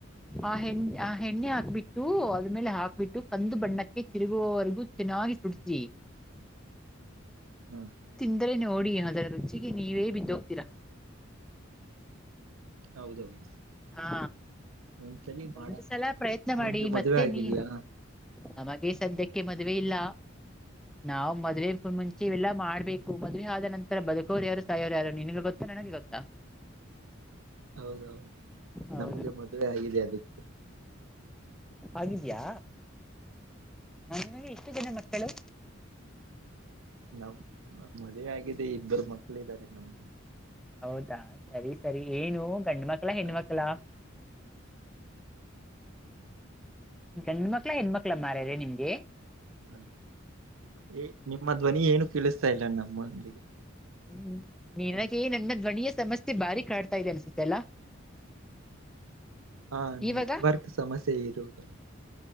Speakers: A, in the centre; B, on the right.
A: ಆ ಹೆಣ್ಣ ಆ ಹೆಣ್ಣೆ ಹಾಕ್ಬಿಟ್ಟು ಅದ್ಮೇಲೆ ಹಾಕ್ಬಿಟ್ಟು ಕಂದು ಬಣ್ಣಕ್ಕೆ ತಿರುಗುವವರೆಗೂ ತಿ. ನಾಗಿ ಸುಡತಿ.
B: ಹ್ಮ.
A: ಅಂದ್ರೆ ನೋಡಿ ಅದರ ರುಚಿಗೆ ನೀವೇ ಬಿದ್ದ ಹೋಗ್ತೀರಾ.
B: ಹೌದೌದು.
A: ಹಾ
B: ಒಂದ್ಸಲಿ
A: ಒಂದು
B: ಮಾಡ
A: ಸಲ ಪ್ರಯತ್ನ
B: ನಿಮ್ಗೆ
A: ಮಾಡಿ
B: ಮದುವೆ
A: ಮತ್ತೇ
B: ಆಗಿದೆಯಾ
A: ನೀ. ನಮಗೆ ಸದ್ಯಕ್ಕೆ ಮದ್ವೆ ಇಲ್ಲ ನಾವು ಮದುವೆ ಕು ಮುಂಚೆ ಇವೆಲ್ಲಾ ಮಾಡ್ಬೇಕು. ಹು ಮದುವೆ ಆದ ನಂತರ ಬದುಕೋರು ಯಾರು ಸಾಯೋರು ಯಾರು ನಿನಗೆ ಗೊತ್ತಾ ನನಗೆ ಗೊತ್ತಾ.
B: ಹೌದ ಹೌದು
A: ಹೌದು
B: ನಮಗೆ ಮದುವೆ ಆಗಿದೆ ಅದಕ್ಕೆ.
A: ಆಗಿದಿಯಾ. ನಿಮಗೆ ಎಷ್ಟು ಜನ ಮಕ್ಕಳು.
B: ನಮ್ ಮದ್ವೆ ಆಗಿದೆ ಇಬ್ಬರು ಮಕ್ಕಳ ಇದಾರೆ ನಮ್ಮ.
A: ಹೌದಾ ಸರಿ ಸರಿ ಏನು ಗಂಡ್ಮಕ್ಳ ಹೆಣ್ಮಕ್ಳ.
B: ಹ ಹೌದು
A: ಗಂಡ ಮಕ್ಳ ಹೆಣ್ಮಕ್ಳ ಮಾರಾಯ್ರೆ ನಿಮ್ಗೆ.
B: <unintelligible> ಏ ನಿಮ್ಮ ಧ್ವನಿ ಏನು ಕೇಳಿಸ್ತಾ ಇಲ್ಲ ನಮ್ಮೊಂದಿಗೆ.
A: ಹ್ಮ್ ನನಗೆ ನನ್ನ ಧ್ವನಿಯ ಸಮಸ್ಯೆ ಬಾರಿ ಕಾಡ್ತಾ ಇದೆ ಅನ್ಸುತ್ತೆ ಅಲ್ಲ. <inaudible>
B: ಹಾ
A: ಇವಾಗ
B: ನೆಟ್ವರ್ಕ್ ಸಮಸ್ಯೆ ಇರೋರೆ.